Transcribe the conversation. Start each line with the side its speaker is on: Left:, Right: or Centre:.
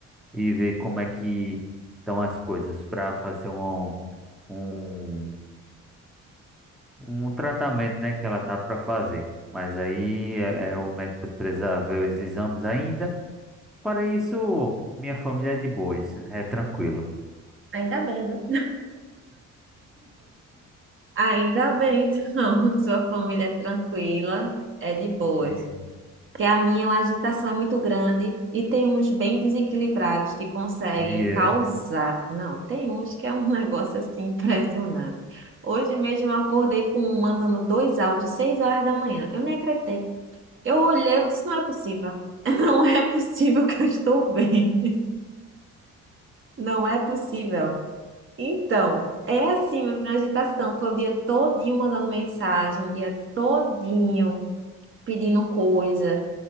Centre: e ver como é que estão as coisas para fazer um, um, um tratamento, né, que ela tá para fazer. Mas aí é, é o médico precisa ver os exames ainda. Para isso, minha família é de boas, é tranquilo.
Right: Ainda bem, viu? Ainda bem, então, <laughs> sua família é tranquila, é de boas.
Centre: E,
Right: Que a minha, a agitação é muito grande e tem uns bem desequilibrados que conseguem
Centre: e é.
Right: causar. Não, tem uns que é um <laughs> negócio assim impressionante. Hoje mesmo eu acordei com um mandando dois áudios, seis horas da manhã. Eu nem acreditei. Eu olhei, eu disse, não é possível. <laughs> Não é possível que eu estou bem. Não é possível. Então, é assim, meu filho, uma agitação. Foi o dia todinho mandando mensagem, o dia todinho pedindo coisa.